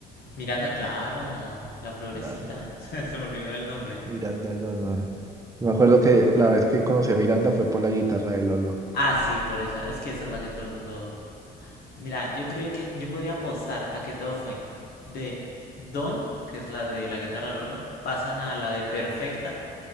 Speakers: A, on the left; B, on the right.
A: Miranda, claro, la florecita,
B: Miranda,
A: <laughs> se me olvidó el nombre.
B: Miranda Godman. Me acuerdo que la vez que conocí a Miranda fue por la guitarra de Lolo.
A: Ah, sí, por esa, es que esa es la que todo el mundo Mira, yo creo que yo podría apostar a que todo fue de Don, que es la de la guitarra Lolo, pasan a la de Perfecta